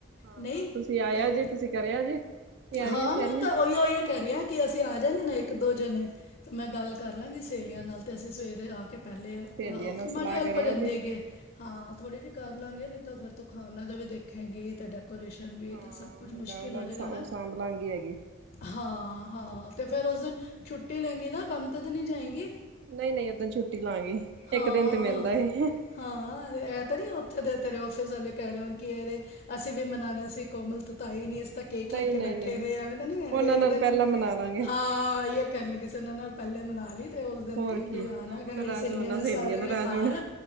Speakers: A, on the right; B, on the left.
A: ਹਾਂ-ਹਾਂ
B: ਨਹੀਂ
A: ਤੁਸੀਂ ਆਇਆ
B: ਤੇ
A: ਜੇ ਤੁਸੀਂ ਕਰਿਆ ਜੇ ਤਿਆਰੀਆਂ
B: ਹਾਂ
A: ਸ਼ਿਆਰੀਆਂ
B: ਮੈਂ ਤਾਂ ਉਹੀਓ ਉਹੀਓ ਕਹਿ ਰਿਹੀ ਹਾਂ ਕੀ ਅਸੀਂ ਆ ਜਾਂਗੇ ਨਾ ਇੱਕ ਦੋ ਜਣੇ ਤੇ ਮੈਂ ਗੱਲ
A: ਹੋਰ
B: ਕਰ
A: ਕੀ
B: ਲਾਂਗੀ ਸਹੇਲੀਆਂ ਨਾਲ ਤੇ ਅਸੀਂ ਸਵੇਰੇ ਆ ਕੇ ਪਹਿਲੇ
A: ਸਹੇਲੀਆਂ
B: ਹਾ ਓ
A: ਨਾਲ ਸਲਾਹ
B: ਮਾੜੀ ਹੇਲਪ
A: ਕਰਿਆ
B: ਹੋ ਜਾਂਦੀ
A: ਜੇ
B: ਹੇਗੀ ਏ ਹਾਂ ਥੋੜ੍ਹੇ ਜਿਹੀ ਕਰ ਲਾਂਗੇ ਨਹੀਂ ਤਾਂ ਫਿਰ ਤੂੰ ਖਾਨਾ ਦਾ ਵੀ ਦੇਖੇਗੀ ਤੇ ਡੈਕ ਡੇਕੋਰੇਸ਼ਨ ਵੀ
A: ਹਾਂ
B: ਤਾਂ ਸਭ ਕੁਛ
A: ਫਿਰ
B: ਮੁਸ਼ਕਿਲ
A: ਮੈਂ ਉਹਨਾਂ
B: ਹੋ ਜਏਗਾ
A: ਦਾ
B: ਹੈ
A: ਉਹ ਸਾਂਭ ਲਾਂਗੀ ਹੈਗੀ
B: ਹਾਂ ਹਾਂ ਤੇ ਫਿਰ ਉਸ ਦਿਨ ਛੁੱਟੀ ਲੈਂਗੀ ਨਾ ਕੰਮ ਤੇ ਤਾਂ ਨਹੀਂ ਜਾਏਗੀ
A: ਨਹੀਂ-ਨਹੀਂ ਓਦਣ ਛੁੱਟੀ ਲਾਂਗੀ
B: ਹਾਂ
A: ਇੱਕ ਦਿਨ ਤੇ
B: ਹੋ
A: ਮਿਲਦਾ ਏ
B: ਹਾਂ ਐ ਤੇ ਨਹੀਂ ਓ ਉੱਥੇ ਦੇ ਤੇਰੇ ਆਫਿਸ ਵਾਲੇ ਕਹਿ ਰਹੇ ਹੋਣ ਕਿ ਅਰੇ ਅਸੀਂ ਵੀ ਮਨਾਣਾ ਸੀ ਕੋਮਲ ਤੂੰ ਤਾਂ ਆਂਈ ਨਹੀਂ ਤਾਂ ਕੇਕ
A: ਨਹੀਂ-ਨਹੀਂ-ਨਹੀਂ
B: ਲੈ ਕੇ ਬੈਠੇ ਰਹੇ ਐਵੇਂ ਤਾਂ ਨਹੀਂ ਕਹਿਣਗੇ
A: ਉਹਨਾਂ
B: ਇੱਕ
A: ਨਾਲ
B: ਦਿਨ
A: ਪਹਿਲਾਂ ਮਨਾ ਲਾਂਗੇ
B: ਹਾਂ ਇਹੀਓ ਕਹਿਣ ਲੱਗੀ ਸੀ ਉਹਨਾਂ ਨਾਲ ਪਹਿਲੇ ਮਨਾ ਲਈ ਤੇ ਉਸ ਦਿਨ
A: ਹੋਰ
B: ਕਹੀ
A: ਕੀ
B: ਬਈ ਆਨਾ
A: ਨਾ ਉਹ
B: ਹੈਗਾ
A: ਨਾਰਾਜ਼
B: ਮੇਰੀ ਸਹੇਲੀਆਂ
A: ਹੋਣ ਨਾ
B: ਨੇ ਸਾਰਿਆਂ
A: ਨਾਰਾਜ਼
B: ਨੇ ਘਰ
A: ਹੋਣ